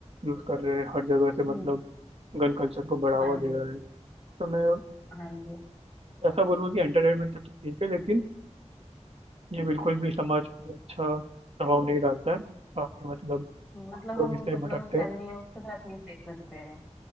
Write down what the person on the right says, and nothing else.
यूज़ कर रहे हैं हर जगह से
मतलब गन कल्चर को बढ़ावा
दे
रहे हैं तो मैं
ऐसा बोलूँगा कि एंटरटेनमेंट तक तो ठीक है लेकिन ये बिल्कुल भी समाज पे अच्छा प्रभाव नहीं डालता है काफ़ी मतलब
लोग
इससे
भटकते
हैं